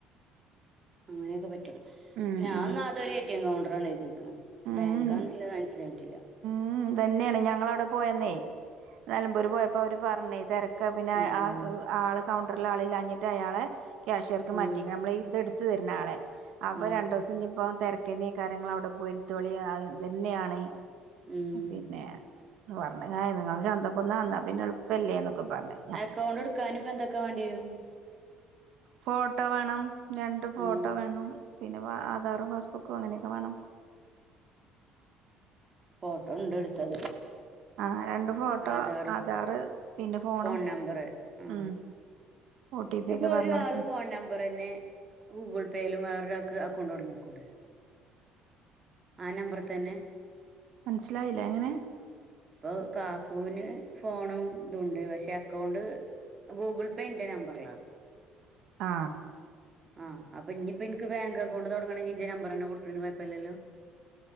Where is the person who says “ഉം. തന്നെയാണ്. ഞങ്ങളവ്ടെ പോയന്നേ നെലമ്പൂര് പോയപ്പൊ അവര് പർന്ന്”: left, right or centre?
Right